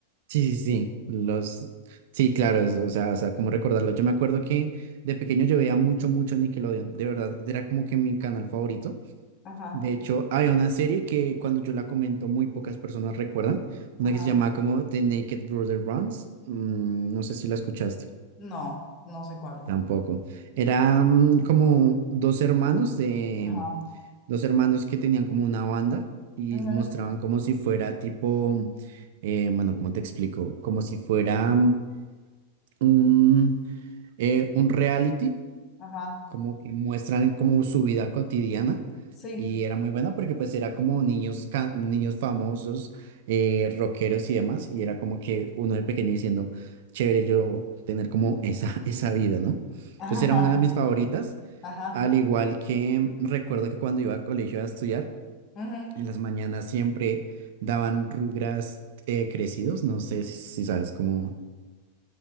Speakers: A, on the right (about 55°); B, on the left (about 30°).
A: Sí, sí, sí. Los. Sí, claro, es- o sea, o sea, cómo recordarlo. Yo me acuerdo que de pequeño yo veía mucho, mucho Nickelodeon. De verdad, era como que mi canal favorito.
B: Ajá,
A: De hecho, había una serie que cuando yo la comento, muy pocas personas recuerdan. Una
B: ajá.
A: que se llamaba como The Naked Brother Runs. Mm, no sé si la escuchaste.
B: No, no sé cuál es.
A: Tampoco. Eran como dos hermanos de
B: Ajá.
A: dos hermanos que tenían como una banda y
B: ujú,
A: mostraban como si fuera tipo, eh, bueno, ¿cómo te explico? Como si fuera mm, un, eh, un reality,
B: Ajá.
A: como que muestran como su vida cotidiana
B: Sí.
A: y era muy buena porque pues era como niños, ca- niños famosos, eh, rockeros y demás y era como que uno de pequeño diciendo, chévere yo tener como esa, <laughs> esa vida, ¿no?
B: Ajá.
A: Entonces era una de mis favoritas,
B: Ajá.
A: al igual que recuerdo que cuando iba al colegio a estudiar,
B: ujú.
A: en las mañanas siempre daban Rugrats eh, crecidos, no sé si, si sabes cómo